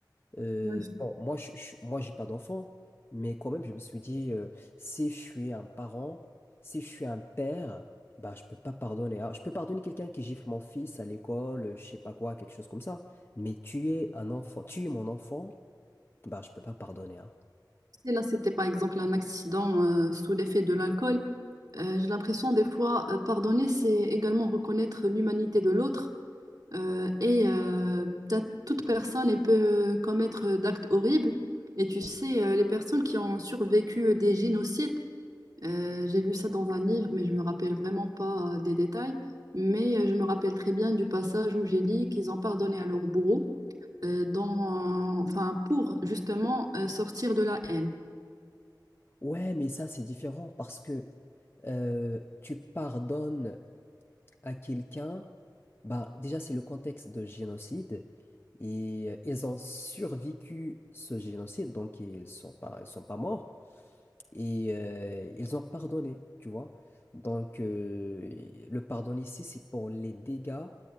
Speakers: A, on the left; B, on the right.
A: Euh,
B: Euh, je
A: bon, moi, je, je, moi, j'ai pas d'enfant, mais quand même, je me suis dit, euh, si je suis un parent, si je suis un père, bah, je peux pas pardonner. Alors, je peux pardonner quelqu'un qui gifle mon fils à l'école, euh, je sais pas quoi, quelque chose comme ça. Mais tuer un enfant, tuer mon enfant, bah, je peux pas pardonner. hein.
B: sais, là, c'était par exemple un accident euh, sous l'effet de l'alcool. Euh, j'ai l'impression des fois, euh, pardonner, c'est également reconnaître l'humanité de l'autre euh, et euh, peut-être toute personne elle peut commettre euh, d'actes horribles. Et tu sais, euh, les personnes qui ont survécu des génocides, Euh, j'ai lu ça dans un livre, mais je me rappelle vraiment pas euh, des détails. Mais euh, je me rappelle très bien du passage où j'ai dit qu'ils ont pardonné à leur bourreau euh, dans, enfin, pour justement euh, sortir de la haine.
A: Ouais, mais ça, c'est différent parce que euh, tu pardonnes. à quelqu'un, bah déjà c'est le contexte de génocide et euh, ils ont survécu ce génocide donc ils sont pas ils sont pas morts et euh, ils ont pardonné, tu vois. Donc euh, le pardon ici c'est pour les dégâts